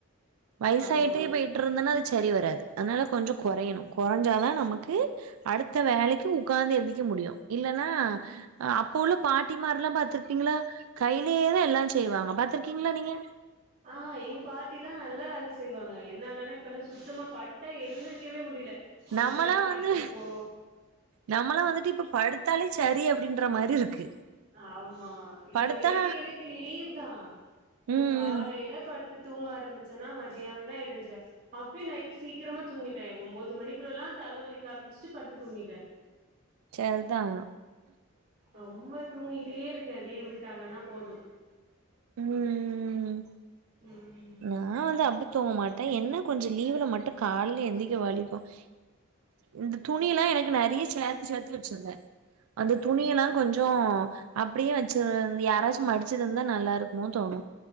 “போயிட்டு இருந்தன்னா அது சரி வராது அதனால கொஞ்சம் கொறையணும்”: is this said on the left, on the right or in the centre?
Right